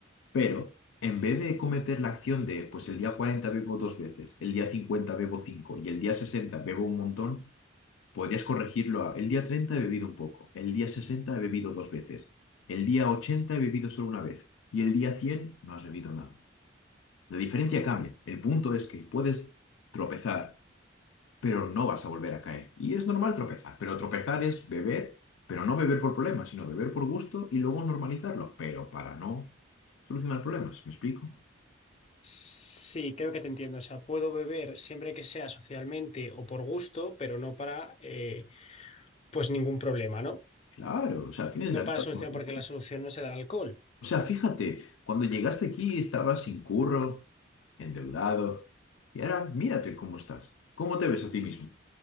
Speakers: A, on the left; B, on the left.
A: Pero en vez de cometer la acción de, pues el día 40 bebo dos veces, el día 50 bebo cinco y el día 60 bebo un montón, Podrías corregirlo a, el día 30 he bebido un poco, el día 60 he bebido dos veces, el día 80 he bebido solo una vez y el día 100 no has bebido nada. La diferencia cambia. El punto es que puedes tropezar, pero no vas a volver a caer. Y es normal tropezar, pero tropezar es beber, pero no beber por problemas, sino beber por gusto y luego normalizarlo, pero para no solucionar problemas. ¿Me explico?
B: Sí, creo que te entiendo. O sea, puedo beber siempre que sea socialmente o por gusto, pero no para, eh, pues ningún problema, ¿no?
A: Claro, o sea, tienes
B: No
A: la vida.
B: para solución,
A: como
B: porque la solución no es el alcohol.
A: O sea, fíjate, cuando llegaste aquí estabas sin curro, endeudado, y ahora mírate cómo estás, cómo te ves a ti mismo.